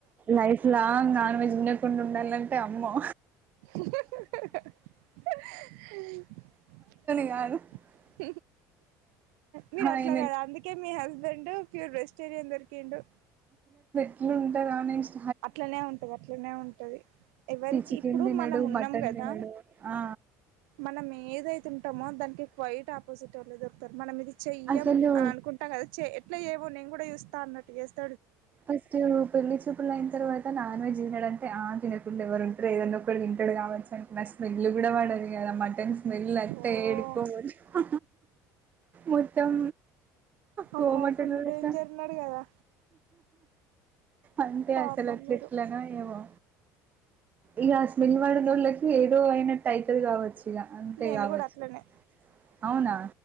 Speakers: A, on the right; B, on the right.
A: లైఫ్ లాంగ్ నాన్ వెజ్ తినకుండా ఉండాలంటే అమ్మో
B: <inaudible>
A: <unintelligible>
B: <inaudible> మీరు
A: ఆయన
B: అట్లా కదా అందుకే మీ హస్బెండ్ ప్యూర్ వెజిటేరియన్ దొరికిండు
A: <unintelligible> ఉంటార అనేసి
B: అట్లనే ఉంటది అట్లనే ఉంటది ఎవరికి
A: తి చికెన్
B: ఇప్పుడు
A: తినడు
B: మనం ఉన్నాం
A: మటన్
B: కదా
A: తినడు ఆ
B: మనం ఏదైతే ఉంటామో దానికి కైట్ ఆపోజిట్ వాళ్ళు దొరుకుతారు మనం ఇది చెయ్యం
A: అసలు
B: అనుకుంటాం కదా చె ఎట్లా చేయవో నేను కూడా చూస్తా అన్నట్టు చేస్తా
A: ఫస్ట్ ఏమో పెళ్ళి చూపులు అయినా తరువాత నాన్ వెజ్ తినడు అంటే ఆ తినకుండా ఎవరు ఉంటారు ఏదన్న ఒకటీ తింటడు కావచ్చు నాకు స్మెల్ కూడా పడదు కదా మటన్ స్మెల్ అంటే
B: ఓ
A: ఏడుకో పోత మొత్తం కొమటోలలెక్క
B: అమ్మో ఫుల్ డేంజర్ ఉన్నాడు కదా
A: అంతే
B: పాపం
A: అసలు అట్ల
B: మీరు
A: ఎట్లానో ఏవో ఇక స్మెల్ పడనోళ్ళకి ఏదో అయినట్టు అయితది కావచ్చు ఇగ అంతే
B: నేను
A: కావచ్చు
B: కూడా అట్లనే
A: అవునా